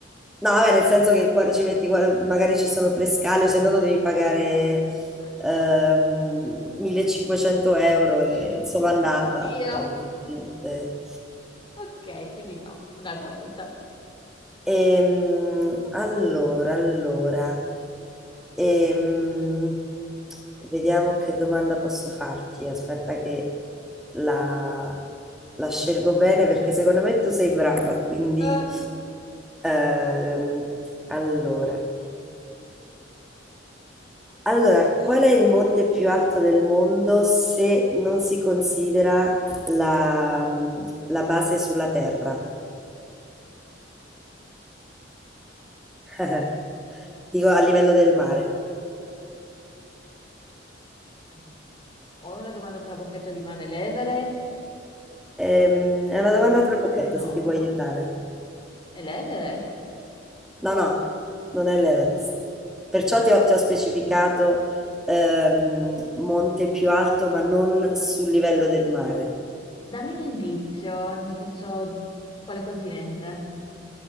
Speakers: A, in the centre; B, on the left.
A: No, vabbè, nel senso che qua- ci metti, qua- magari ci sono tre scale, o se no lo devi pagare
B: Madonna.
A: ehm, 1500 euro e
B: <laughs>
A: solo andata.
B: Dio.
A: E onestamente-
B: Ok, quindi no, un'altra volta.
A: Ehm, allora, allora, ehm, vediamo che domanda posso farti. Aspetta che la, la scelgo bene perché secondo me tu sei brava, quindi
B: Eh,
A: ehm, allora. Allora, qual è il monte più alto del mondo se non si considera la, la base sulla terra? <laughs> Dico a livello del mare.
B: Considera. Mm. Ho una domanda trabocchetto, rimane l'Everest?
A: Ehm, è
B: Eh,
A: una
B: no.
A: domanda
B: no,
A: a trabocchetto
B: mi sa di no.
A: se ti può aiutare.
B: È l'Everest?
A: No, no, non è l'Everest. Perciò ti ho, ti ho specificato ehm, monte più alto, ma non sul livello del mare.
B: Dammi un indizio, nel senso, quale continente?